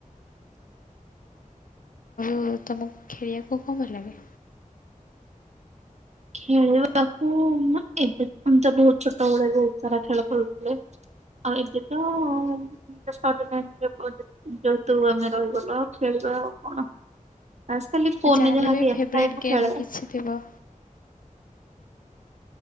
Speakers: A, on the left (about 75°); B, on the right (about 55°).
A: ତ ତମକୁ ଖେଳିବାକୁ କଣ ଭଲ ଲାଗେ?
B: ଖେଳିବାକୁ ଏବେ ତ ବହୁତ ଛୋଟ ବେଳେବହୁତ ସାରା ଖେଳ ଖେଳୁଥିଲେ। ଆ ଏବେ ତ <unintelligible> ଯେହତୁ ଆମେ ରହିଗଲୁ ଆଉ ଖେଳିବା ଆଉ କଣ ଆଜିକାଲି ଫୋନରେ
A: ଯାହାହେଲେ
B: ଯାହା
A: ବି
B: ଗେମ୍
A: ଫେବରାଇଟ୍
B: ଖେଳେ।
A: କିଛି ଥିବ।